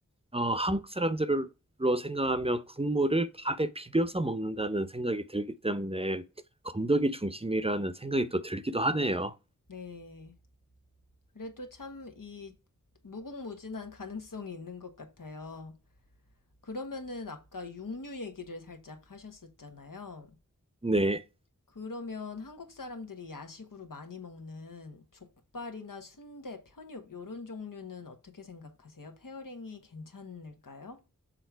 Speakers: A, on the right; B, on the left.
A: 어, 한국 사람들로 생각하면 국물을 밥에 비벼서 먹는다는 생각이 들기 때문에, 건더기 중심이라는 생각이 또 들기도 하네요.
B: 네. 그래도 참 이 무궁무진한 가능성이 있는 것 같아요. 그러면은 아까 육류 얘기를 살짝 하셨었잖아요.
A: 네.
B: 그러면 한국 사람들이 야식으로 많이 먹는 족발이나 순대, 편육 요런 종류는 어떻게 생각하세요? 페어링이 괜찮을까요?